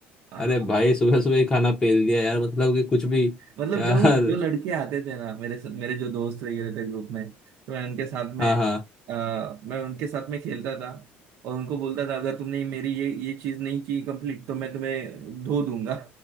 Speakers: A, on the right; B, on the left.
A: हाँ।
B: अरे भाई सुबह सुबह ही खाना पेल दिया यार मतलब कि कुछ भी
A: मतलब
B: यार
A: जो जो लड़के आते थे ना मेरे मेरे जो दोस्त वगैरह थे ग्रुप में तो मैं उनके साथ में
B: हाँ
A: आ, मैं उनके साथ में खेलता था और उनको बोलता था अगर तुमने मेरी ये ये चीज नहीं की कंप्लीट तो मैं तुम्हें धो दूंगा